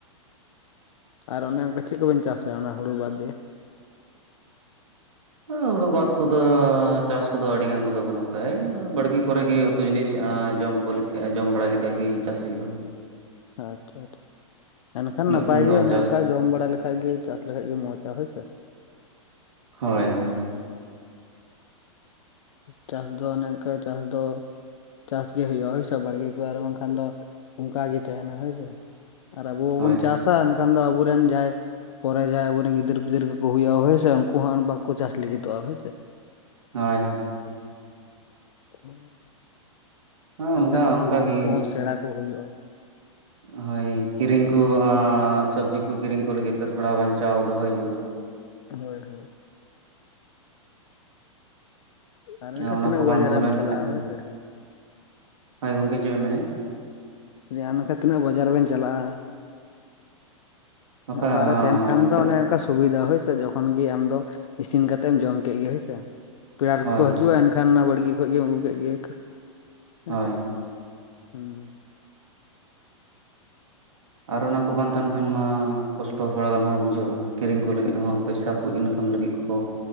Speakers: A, on the left; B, on the right.
A: ᱟᱨ ᱚᱱᱮ ᱚᱱᱠᱟ ᱪᱮᱫ ᱠᱚᱵᱮᱱ ᱪᱟᱥᱟ ᱚᱱᱟ ᱦᱩᱲᱩ ᱵᱟᱫᱽ ᱫᱤᱭᱮ
B: ᱦᱩᱲᱩ ᱵᱟᱫ ᱠᱚᱫᱚ ᱪᱟᱥ ᱠᱚᱫᱚ ᱟᱹᱰᱤᱜᱟᱱ ᱠᱚᱫᱚ ᱵᱟᱹᱱᱩᱜ ᱠᱫᱟᱼᱟ ᱤᱱᱟᱹ ᱵᱟᱲᱜᱤ ᱠᱚᱨᱮ ᱜᱮ ᱩᱛᱩ ᱡᱤᱱᱤᱥ ᱟᱻᱡᱚᱢ ᱠᱚ ᱠᱚ ᱞᱮᱠᱟ ᱡᱚᱢ ᱵᱟᱲᱟ ᱞᱮᱠᱟᱜ ᱜᱮ ᱪᱟᱥ ᱦᱩᱭᱩᱜᱼᱟ
A: ᱟᱛᱷᱟ ᱛᱷᱟ ᱮᱱᱠᱷᱟᱱ
B: ᱤᱱᱟᱹᱜ
A: ᱱᱟᱯᱟᱭ
B: ᱠᱷᱚᱱ
A: ᱜᱮ
B: ᱫᱚ
A: ᱚᱱᱮ
B: ᱪᱟᱥ
A: ᱚᱱᱠᱟ ᱡᱚᱢ ᱵᱟᱲᱟ ᱞᱮᱠᱟ ᱞᱮᱠᱟᱜᱤ ᱪᱟᱥ ᱞᱮᱠᱷᱟᱡ ᱜᱮ ᱢᱚᱸᱡᱼᱟ ᱦᱳᱭᱥᱮ
B: ᱦᱳᱭ ᱦᱳᱭ
A: ᱪᱟᱥ ᱫᱚ ᱚᱱᱮ ᱚᱝᱠᱟᱹ ᱪᱟᱥ ᱫᱚ ᱪᱟᱥ ᱜᱮ ᱦᱩᱭᱩᱜᱼᱟ ᱦᱳᱭ ᱥᱮ ᱵᱟᱲᱜᱮ ᱠᱚ ᱟᱨ ᱵᱟᱝᱠᱷᱟᱱ ᱫᱚ ᱚᱱᱠᱟᱟᱜ ᱜᱮ ᱛᱟᱦᱮᱱᱟ ᱦᱳᱭᱥᱮ ᱟᱨ ᱟᱵᱚ ᱵᱟᱵᱚᱱ
B: ᱦᱳᱭ ᱦᱳᱭ
A: ᱪᱟᱥᱟ ᱮᱱᱠᱷᱟᱱ ᱫᱚ ᱟᱵᱚᱨᱮᱱ ᱡᱟᱦᱟᱸᱭ ᱯᱚᱨᱮ ᱡᱟᱦᱟᱸᱭ ᱟᱵᱚᱨᱮᱱ ᱜᱤᱫᱟᱹᱨᱼ ᱯᱤᱫᱟᱹᱨ ᱠᱚᱠᱚ ᱦᱩᱭᱩᱜᱼᱟ ᱦᱳᱸᱥ ᱩᱱᱠᱩ ᱦᱚᱸᱱ ᱟᱨ ᱵᱟᱠᱚ ᱪᱟᱥ ᱞᱟᱹᱜᱤᱫᱚᱜᱼᱟ ᱦᱚᱭ ᱥᱮ
B: ᱦᱳᱭ ᱦᱳᱭ
A: <inaudible> ᱮᱱᱛᱮᱱ
B: ᱚᱱᱠᱟ
A: ᱟᱵᱩ
B: ᱚᱱᱠᱟᱜᱮ
A: ᱩᱝᱠᱩ ᱦᱚᱸ ᱥᱮᱬᱟ ᱠᱚ ᱦᱩᱭᱩᱜᱼᱟ᱾
B: ᱦᱳᱭ ᱠᱤᱨᱤᱧ ᱠᱚ ᱟᱸ ᱥᱚᱵᱽᱡᱤ ᱠᱚ ᱠᱤᱨᱤᱧ ᱠᱚ ᱞᱟᱹᱜᱤᱫ ᱛᱮ ᱛᱷᱚᱲᱟ ᱵᱟᱧᱪᱟᱣ ᱫᱚᱦᱚᱭ ᱡᱩᱲᱟ᱾
A: ᱦᱳᱭ ᱦᱳᱭ ᱟᱨ
B: ᱦᱮᱸ,
A: ᱮᱱᱠᱷᱟᱱ
B: ᱚᱱᱟ
A: ᱛᱤᱱᱟᱹᱜ
B: ᱠᱚ
A: ᱵᱟᱡᱮ
B: ᱵᱟᱝ ᱫᱚᱦᱚ
A: ᱨᱮᱢ
B: ᱞᱮᱱᱠᱷᱟᱡ
A: ᱪᱟᱞᱟᱜᱼᱟ
B: ᱢᱟ
A: ᱦᱳᱭ ᱥᱮ᱾
B: ᱦᱳᱭ ᱜᱚᱢᱠᱮ ᱪᱮᱢ ᱢᱮᱱᱮᱜᱼᱟ?
A: ᱨᱮᱭᱟ ᱱᱟᱠᱷᱟ ᱛᱤᱱᱟᱹᱜ ᱵᱟᱡᱟᱨ ᱵᱮᱱ ᱪᱟᱞᱟᱜᱼᱟ?
B: ᱵᱟᱠᱷᱟᱡ
A: ᱦᱮᱸ ᱚᱲᱟᱜ
B: ᱦᱚᱸ
A: ᱨᱮ ᱛᱟᱦᱮᱱ ᱠᱷᱟᱱ ᱫᱚ
B: ᱛᱟᱹᱜ
A: ᱚᱱᱮ ᱠᱟ ᱥᱩᱵᱤᱫᱷᱟ ᱦᱳᱭᱥᱮ, ᱡᱚᱠᱷᱚᱱ ᱜᱮ ᱟᱢᱫᱚ ᱤᱥᱤᱱ ᱠᱟᱛᱮᱢ ᱡᱚᱢ ᱠᱮᱜ ᱜᱮ ᱦᱳᱭᱥᱮ᱾ ᱯᱮᱲᱟ <unintelligible>
B: ᱦᱳᱭ
A: ᱠᱚ
B: ᱦᱳᱭ
A: ᱦᱤᱡᱩᱜᱼᱟ ᱮᱱᱠᱷᱟᱱ ᱚᱱᱟ ᱵᱟᱲᱜᱮ ᱠᱷᱚᱱ ᱜᱮᱢ ᱟᱹᱜᱩ ᱠᱮᱜ ᱜᱮ ᱦᱮᱸ
B: ᱦᱳᱭ
A: ᱥᱮ᱾ ᱦᱩᱸ
B: ᱟᱨ ᱚᱱᱟ ᱠᱚ ᱵᱟᱝ ᱛᱟᱦᱮᱱ ᱠᱷᱟᱱ ᱢᱟ ᱠᱚᱥᱴᱚ ᱛᱷᱚᱲᱟᱜᱟᱱ ᱦᱚᱸ ᱵᱩᱡᱷᱟᱹᱜᱼᱟ᱾ ᱠᱤᱨᱤᱧ ᱠᱚ ᱞᱟᱹᱜᱤᱫ
A: ᱵᱩᱡᱷᱟᱹᱜ
B: ᱦᱚᱸ ᱯᱚᱭᱥᱟ
A: ᱦᱳᱭ
B: ᱠᱚ
A: ᱦᱳᱭ
B: ᱤᱱᱠᱟᱢ ᱞᱟᱹᱜᱤᱫ ᱠᱚ